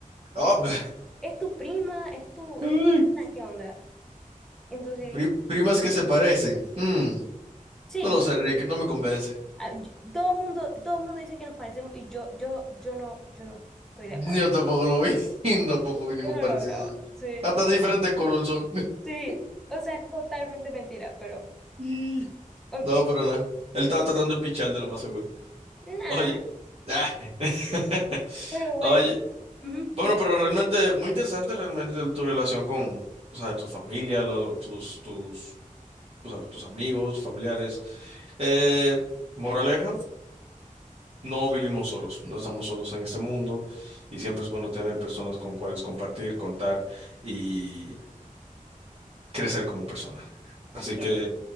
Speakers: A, in the centre; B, on the right.
A: ¿Es,
B: Ah,
A: serio?
B: <laughs>
A: ¿Es tu prima? ¿Es tu,
B: Ay,
A: es tu prima? ¿Qué onda? Entonces,
B: pri- primas que se parecen. Hmm,
A: sí,
B: No lo
A: yo-
B: sé, Rick, no me convence.
A: ah, yo- todo el mundo, todo el mundo dice que nos parecemos y yo, yo, yo no, yo no estoy de
B: Yo
A: acuerdo.
B: tampoco lo vi. <laughs> Tampoco vi ningún
A: Yo no
B: parecido.
A: lo veo.
B: así.
A: Sí,
B: Hasta diferentes color son. <laughs>
A: sí. O sea, es totalmente mentira, pero,
B: Y-
A: ok.
B: No, pero nada. Él estaba tratando de pichar de lo más seguro.
A: Nada,
B: Oye. Ah. <laughs>
A: pero bueno.
B: Oye.
A: Ujú,
B: Bueno, pero realmente, muy interesante realmente el- tu relación con, o sea, tu familia, lo- tus, tus, o sea, tus amigos, familiares. Eh, moraleja, no vivimos solos, no estamos solos en este mundo y siempre es bueno tener personas con cuales compartir, contar y crecer como persona.
A: Así
B: Así que
A: es,